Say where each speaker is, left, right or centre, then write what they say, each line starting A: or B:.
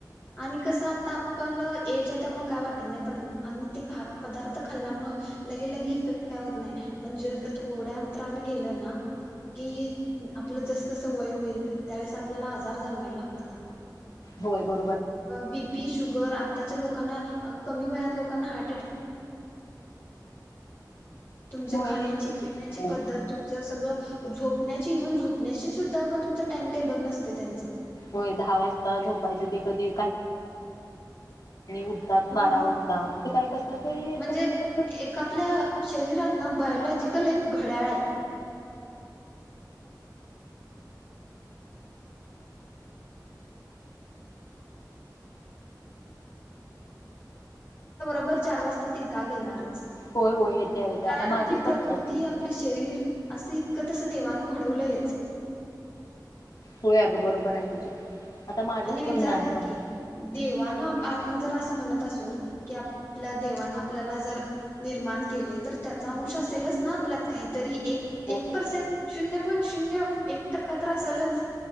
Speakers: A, on the left (about 30°); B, on the left (about 60°).
A: आणि कसं, आता आपल एज आहे. त्यामुळे काय वाटत <unintelligible>
B: होय. वं.
A: मग बी पी, शुगर, आताच्या लोकांना अगं कमी वयात लोकांना तुमच
B: होय
A: खाण्याची पिण्याची
B: हो
A: पद्धत झोपण्याची इव्हन झोपण्याशी सुद्धा तुमचं टाइम टेबल नसतय त्यांच,
B: होय दहा वाजता झोपायचे ते कधी उठतात
A: हा
B: बारा वाजता काय कशाच असं
A: म्हणजे
B: त्याच
A: एक आपल्या शरीरात बायोलॉजिकल एक घड्याळ बरं चार वाज आता ती जाग येणारच
B: होय होय येत्या येत्या
A: कारण
B: आता
A: आपली
B: माझंच बघ
A: प्रकृती
B: ना
A: आपलं शरीर असं इतकं तसं देवानं घडवलंयच.
B: होय अगं बरोबर आहे तुझं आता माझंच
A: आणि विचार
B: बघ ना
A: कर की देवान आपण जर अस म्हणत असो की आपल्या देवान आपल्याला जर निर्माण केले तर त्याचा अंश असेलच ना आपल्यात काहीतरी एक
B: होय
A: एक पर्सेंट शून्य पॉइंट शून्य एक टक्का तर असेलच